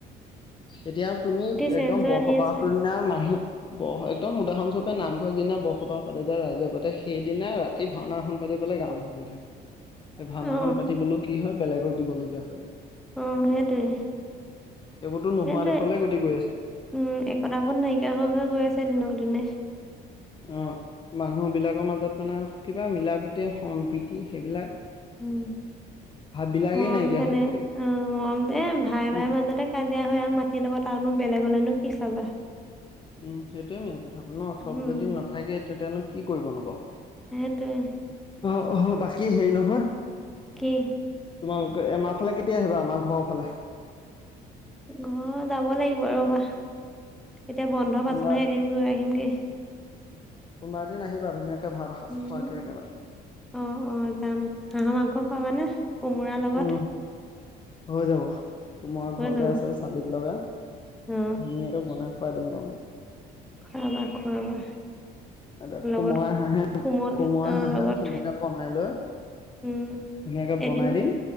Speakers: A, on the left; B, in the centre.
A: এতিয়া তুমি
B: চেঞ্জ
A: একদম
B: হৈ
A: বৰসবাহৰ
B: আহি আছে
A: দিনা মানুহ। বৰ একদম উদাহৰণস্বৰূপে নামঘৰ দিনা বৰসবাহ পাতে যায় ৰাইজৰ পাতে সেইদিনা ৰাতি ভাওনাখন পাতিবলৈ গাম <unintelligible> ভাওনা খন থাকে সেই
B: অ
A: ভাওনাখন পাতিবলৈও কি হয় বেলেগক দিবলগীয়া হয়।
B: অ সেইটোৱে সেইটোৱে
A: এইবোৰতো নোহোৱা দেশলে গতি কৰি আছে
B: উম একতাবোধ নাইকিয়া হৈ হৈ গৈ আছে দিনক দিনে
A: অ মানুহ বিলাকৰ মাজত মানে কিবা মিলা প্ৰীতি সম্প্ৰীতি সেইবিলাক <unintelligible>
B: উম
A: ভাববিলাকেই
B: মৰম
A: নাইকিয়া
B: তেনে
A: হৈ থাকিলে
B: অ মৰম দে ভায়ে
A: উম
B: ভায়ে মাজতে কাজিয়া হয় আৰু মাতি লগত তাৰনো বেলেগলেনো কি চাবা <unintelligible>
A: উম সেইটোৱে মেইন কথাটো ন চব
B: উম
A: যদি নাথাকে তেতিনো কি কৰিব নো বাও
B: ত <unintelligible>
A: অ বাকী হেৰি নহয়
B: কি
A: তোমালোকে আমাৰ ফালে কেতিয়া আহিবা আমাৰ ঘৰৰ ফালে
B: ঘৰ যাব লাগিব ৰবা এতিয়া বন্ধ
A: কোনোবা
B: পাইছোঁহে এদিন গৈ আহিমগে
A: কোনোবা দিন আহিবা ধুনীয়াকে ভাত এসাঁজ
B: উম
A: খোৱাকে একেবাৰে
B: অ অ যাম হাঁহ মাংস খোৱাবানে কোমোৰাৰ লগত
A: উম হৈ যাব কুমুৰা
B: হৈ
A: ঘৰতে
B: যাব
A: আছে চালিত লগা ধুনীয়াকে
B: অ
A: বনাই খোৱাই দিম
B: খোৱাবা খোৱাবা
A: এতি
B: লগত
A: কোমোৰা হাঁহে
B: কোমল
A: কোমোৰা
B: অ
A: হাঁহে
B: লগত
A: ধুনীয়াকে বনাই লৈ <unintelligible>
B: উম
A: ধুনীয়াকে
B: এদিন
A: বনাই দিম